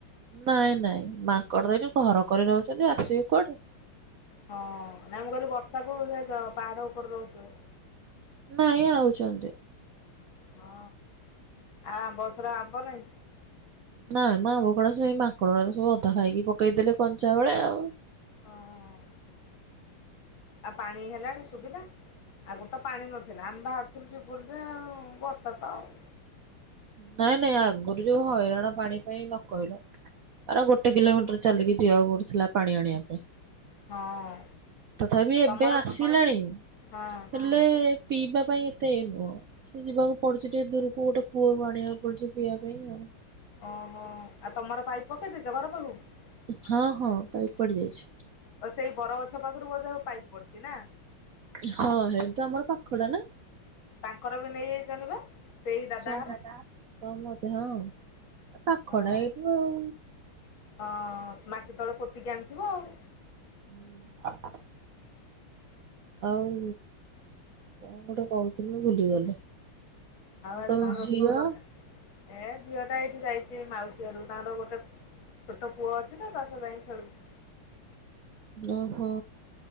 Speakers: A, on the right; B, on the left.
A: ନାଇଁ ନାଇଁ ମାଙ୍କଡ ଦେଇଠି ଘର କରି ରହୁଛନ୍ତି ଆସିବେ କୁଆଡୁ।
B: ହଁ ନାଇଁ ମୁଁ କହିଲି ବର୍ଷାକୁ ପାହାଡ ଉପରେ ରହୁଥିବ।
A: ନାଇଁ ଆଉଛନ୍ତି।
B: ହଁ ଆଉ ଆମ୍ବ ଗଛରେ ଆମ୍ବ ନାଇଁ?
A: ନାଇଁ ମା ଆମ୍ବ ଗୁଡା ସେଇ ମାଙ୍କଡ ଗୁଡା ସବୁ ଅଧା ଖାଇକି ପକେଇଦେଲେ କଞ୍ଚା ବେଳେ ଆଉ।
B: ଓହୋ। ଆଉ ପାଣି ହେଲାଣି ସୁବିଧା ଆଗରୁ ତ ପାଣି ନଥିଲା ଆମେ ବାହାରୁଥିଲୁ ଯୁ ବୋଲିଯେ ବର୍ଷା ତ ଆଉ।
A: ନାଇଁ ନାଇଁ ଆଗରୁ ଯୋଉ ହଇରାଣ ପାଣି ପାଇଁ ନ କହିଲ ଆରେ ଗୋଟେ କିଲୋମିଟର ଚାଲିକି ଯିବାକୁ ପଡୁଥିଲା ପାଣି ଆଣିବା ପାଇଁ।
B: ହଁ।
A: ତଥାପି
B: ତମର
A: ଏବେ ଆସିଲାଣି।
B: ହଁ
A: ହେଲେ ପିଇବା ପାଇଁ ଏତେ ନୁହଁ, ସେ ଯିବାକୁ ପଡୁଛି ଟିକେ ଦୂରକୁ ଗୋଟେ କୂଅରୁ ଆଣିବାକୁ ପଡୁଚି ପିଇବା ପାଇଁ ଆଉ।
B: ଓହୋ, ଆଉ ତମର ପାଇପ ପକେଇଦେଇଛ ଘର ପାଖକୁ?
A: ହଁ ହଁ ପାଇପ୍ ପଡିଯାଇଛି
B: ଆ ସେଇ ବରଗଛ ପାଖରୁ ବୋଧ ପାଇପ ପଡିଛି ନା।
A: ହଁ ସେଇଠି ତ ଆମର ପାଖଟା ନା।
B: ତାଙ୍କର ବି ନେଇଯାଇଛନ୍ତି ବା? ସେଇ ଦାଦା
A: <unintelligible> ସମସ୍ତେ
B: ଘର
A: ହଁ ପାଖ
B: ହଁ।
A: ଟା ଏଇଠୁ ଆଉ।
B: ହଁ ମାଟି ତଳେ ପୋତିକି ଆଣିଥିବ ଆଉ।
A: <unintelligible> ଆଉ, କଣ ଗୋଟେ କହୁଥିଲ ଭୁଲିଗଲି। ଆଉ
B: ଆଜି
A: ତମ
B: କଣ ରୋଷେଇ
A: ଝିଅ?
B: ଏ ଝିଅ ଟା ଏଇଠି ଯାଇଛି ମାଉସୀ ଘରକୁ, ତାଙ୍କର ଗୋଟେ ଛୋଟ ପୁଅ ଅଛି ତ ତା ସହ ଯାଇଁ ଖେଳୁଛି।
A: ଓହୋ,